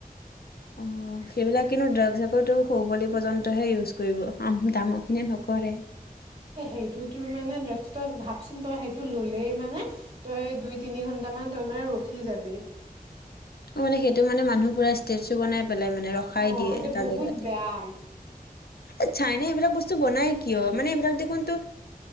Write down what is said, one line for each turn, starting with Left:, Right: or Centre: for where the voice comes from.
Right: <inaudible>
Left: অ সেইবিলাক কিন্তু ড্ৰাগছ আকৌ তোৰ সৰু পোৱালী পৰ্যন্তহে ইউজ কৰিব, আম, ডাঙৰ খিনিয়ে নকৰে।
Right: এ সেইটো তোৰ মানে ড্ৰাগছ তই ভাবচোন তই সেইটো ল'লেই মানে তই দুই তিনি ঘন্টা মান তই মানে ৰখি যাবি।
Left: অ', মানে, সেইটো মানে মানুহ পুৰা ষ্টেটো বনাই পেলাই, মানে ৰখাই
Right: অ
Left: দিয়ে
Right: সেইটো
Left: এটা
Right: বহুত
Left: জেগাতে।
Right: বেয়া
Left: এ চাইনাই এইবিলাক বস্তু বনাই কিয়, মানে এইবিলাক দেখোন তো